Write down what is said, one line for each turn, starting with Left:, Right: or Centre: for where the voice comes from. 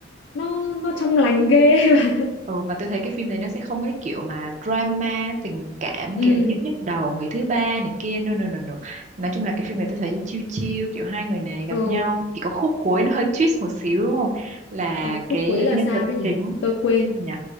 Left: nó nó trong lành ghê <laughs> mà.
Right: Ừ mà tôi thấy cái phim này nó sẽ không có cái kiểu mà drama tình cảm
Left: ừ
Right: kiểu nhức nhức đầu người thứ ba này kia no no no no nói chung là cái phim này tôi thấy chill chill kiểu hai người này gặp
Left: ồ
Right: nhau chỉ có khúc cuối nó hơi twist một xíu đúng không là
Left: ờ, khúc
Right: cái
Left: cuối là
Right: nhân
Left: sao
Right: vật
Left: đấy nhỉ
Right: chính
Left: tôi quên
Right: cái gì nhỉ